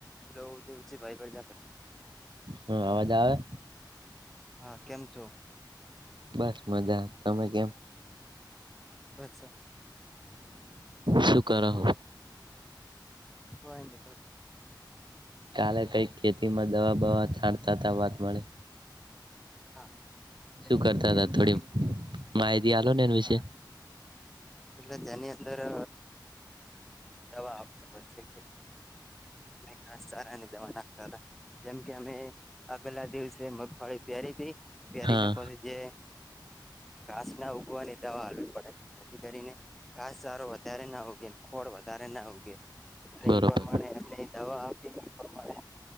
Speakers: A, in the centre; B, on the right (about 75°).
A: Hello Dev છે ભાઈ પ્રજાપતિ
B: હા અવાજ આવે
A: હા કેમ છો
B: બસ મજા તમે કેમ
A: બસ
B: શું કર રહો
A: હોય બસ
B: કાલે કઈક ખેતીમાં દવા બવા છાંણતા ત વાત મળે
A: હા એની
B: શું કરતા હતા
A: અંદર
B: થોડી માહિતી હાલો ને વિશે
A: હા એ જની અંદરો દવા આપતો હોય છે કે ખાસ ચારાની દવા નાખતા હતા જેમ કે અમે આગલા દિવસે મગફળી પ્યારી દી પહેરીને
B: હા
A: પ જે ઘાસ ના ઉગવાની દવા આવવી પડે જેથી કરીને ઘાસચારો વધારે ના ઉગે ખોળ વધારે ના ઉગે એટલે
B: બરોબર
A: એ પ્રમાે એમને દવા આપી એ પણ મળે